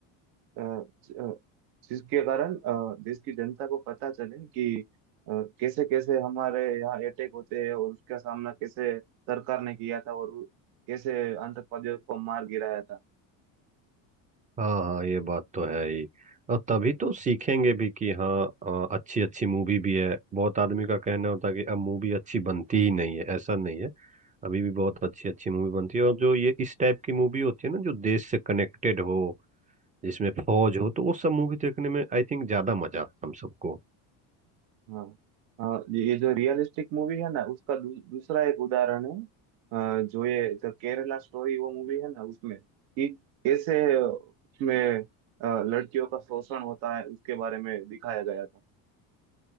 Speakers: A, on the right; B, on the right.
A: अ, ज- अ, जिसके कारण अ, देश की जनता को पता चले कि कैसे कैसे हमारे यहाँ अटैक होते हैं और उसका सामना कैसे सरकार ने किया था और कैसे आतंकवादियों को मार गिराया था
B: हाँ हाँ ये बात तो है ही और तभी तो सीखेंगे भी कि हाँ अ, अच्छी अच्छी मूवी भी है बहुत आदमी का कहना होता है कि अब मूवी अच्छी बनती ही नहीं है ऐसा नहीं है अभी भी बहुत अच्छी अच्छी मूवी बनती है और जो ये इस टाइप की मूवी होती है ना जो देश से कनेक्टेड हो जिसमें फौज हो तो वो सब मूवी देखने में आई थिंक ज्यादा मजा आता है हम सबको
A: हाँ हाँ ये ये जो रियलिस्टिक मूवी है ना उसका दू, दूसरा एक उदाहरण है अ, जो ये द केरला स्टोरी वो मूवी है ना उसमें कि कैसे उसमें अ, लड़कियों का शोषण होता है उसके बारे में दिखाया गया था